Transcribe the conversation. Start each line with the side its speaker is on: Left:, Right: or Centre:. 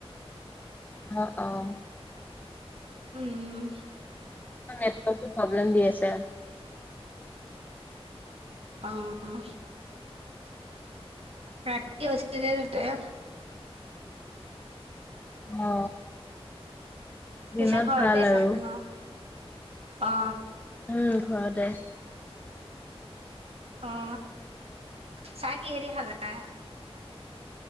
Left: অ, অ।
Right: হুম।
Left: নেটৱৰ্কটো প্ৰব্লেম দি আছে।
Right: অ অ। ৰাতি হৈছিল যে তেয়
Left: অ
Right: পিছে
Left: দিনত
Right: ঘৰতে
Left: ভাল
Right: আছা
Left: আৰু
Right: ন? অ।
Left: উম, ঘৰতে।
Right: অ ছা কিহে দি খালা!